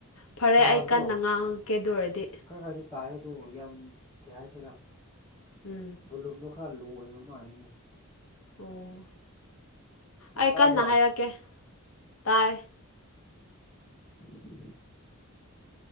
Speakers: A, on the left (about 70°); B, on the left (about 15°).
A: ꯐꯔꯦ
B: ꯇꯥꯕꯗꯣ
A: ꯑꯩ ꯀꯟꯅ ꯉꯥꯡꯉꯛꯀꯦ ꯑꯗꯨ ꯑꯣꯏꯔꯗꯤ
B: ꯈꯔ ꯈꯔꯗꯤ ꯇꯥꯏ ꯑꯗꯣ ꯌꯥꯝ ꯀꯩ ꯍꯥꯏꯁꯤꯔ
A: ꯎꯝ
B: ꯕꯣꯂꯨꯝꯗꯣ ꯈꯔ ꯂꯣ ꯑꯣꯏꯕ ꯃꯥꯜꯂꯦꯅꯦ
A: ꯑꯣ ꯑꯩ
B: ꯇꯥꯕ꯭ꯔꯥ
A: ꯀꯟꯅ ꯍꯥꯏꯔꯛꯀꯦ ꯇꯥꯏ
B: <inaudible>